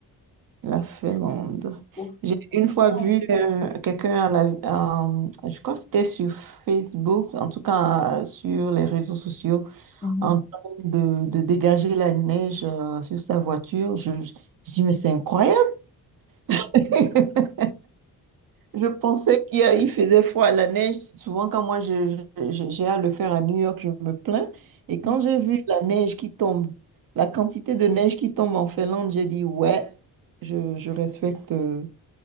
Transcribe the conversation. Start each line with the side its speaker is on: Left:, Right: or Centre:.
Right: La Finlande.
Left: Au
Right: J'ai une fois
Left: fond,
Right: vu euh, quelqu'un à la, à- je crois que c'était sur Facebook, en tout cas euh, sur les réseaux sociaux,
Left: mhm,
Right: en train de, de dégager la neige euh, sur sa voiture. Je, je dis, mais c'est incroyable. <laughs> Je pensais qu'il y a- il faisait froid à la neige. Souvent, quand moi je- je- je- j'ai à le faire à New York, je me plains. Et
Left: mhm.
Right: quand j'ai vu la neige qui tombe, la quantité de neige qui tombe en Finlande, j'ai dit, ouais, je, je respecte. euh,